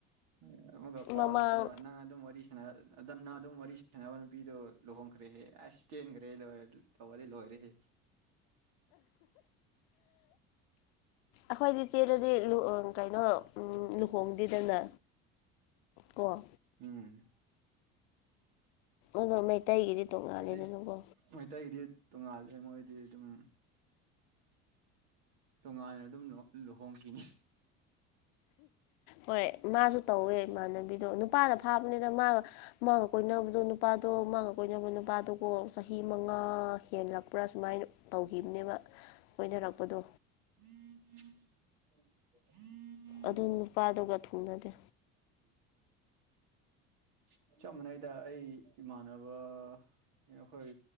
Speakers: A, on the right; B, on the left.
A: ꯑꯩꯉꫭꯟꯗ ꯄꯥꯎ
B: ꯃꯃꯥꯡ
A: ꯂꯥꯛꯇꯅꯕ ꯅꯪ ꯑꯗꯨꯝ ꯋꯥꯔꯤ ꯑꯗꫭ ꯅꯪ ꯑꯗꯨꯝ ꯋꯥꯔꯤ ꯁꯥꯟꯅꯕ ꯅꯨꯄꯤꯗꯣ ꯂꯨꯍꯣꯡꯈ꯭ꯔꯦꯍꯦ ꯑꯁ ꯆꯦꯟꯈ꯭ꯔꯦ ꯂꯣꯏꯔ°ꯗꯨ ꯇꯧꯕꯗꯤ ꯂꯣꯏꯔ°ꯍ°
B: ꯑꯩꯈꯣꯏꯅꯤ ꯆꯦꯜꯂꯗꯤ ꯂꯨꯍꫭꯡ ꯀꯩꯅꯣ ꯂꯨꯍꯣꯡꯗꯦꯗꯅ ꯀꯣ
A: ꯎꯝ
B: ꯑꯗꯣ ꯃꯩꯇꯩꯒꯤꯗꯤ ꯇꯣꯡꯉꯥꯜꯂꯦꯗꯅꯀꯣ
A: ꯍꯥꯏꯗꯤ ꯃꯩꯇꯩꯒꯤꯗꯤ ꯇꯣꯡꯉꯥꯜꯂꯦ ꯃꯣꯏꯗꯤ ꯑꯗꯨꯝ ꯇꯣꯉꯥꯟꯂ° ꯑꯗꯨꯝ ꯂꯨꯍꫭꯡ ꯂꯨꯍꯣꯡꯈꯤꯅꯤ
B: ꯍꯣꯏ ꯃꯥꯁꯨ ꯇꯧꯋꯦ ꯏꯃꯥꯟꯅꯕꯤꯗꯣ ꯅꯨꯄꯥꯅ ꯐꯥꯕꯅꯤꯗ ꯃꯥ ꯃꯥꯥꯒ ꯀꯣꯏꯅꯕꯗꯣ ꯅꯨꯄꯥꯗꯣ ꯃꯥꯥꯒ ꯀꯣꯏꯅꯕ ꯅꯨꯄꯥꯗꫭꯀꫭ ꯆꯍꯤ ꯃꯉꯥ ꯍꯦꯜꯂꯛꯄ꯭ꯔꯥ ꯁꯨꯃꯥꯏꯅ ꯇꯧꯒꯤꯕꯅꯦꯕ ꯀꫭꯏꯅꯔꯛꯄꯗꯣ
A: <unintelligible>
B: ꯑꯗꯨ ꯅꯨꯄꯥꯗꯨꯒ ꯊꯨꯡꯅꯗꯦ
A: <unintelligible> ꯆꯞ ꯃꯥꯟꯅꯩꯗ ꯑꯩ ꯏꯃꯥꯟꯅꯕ ꯑꯩꯈꯣꯏ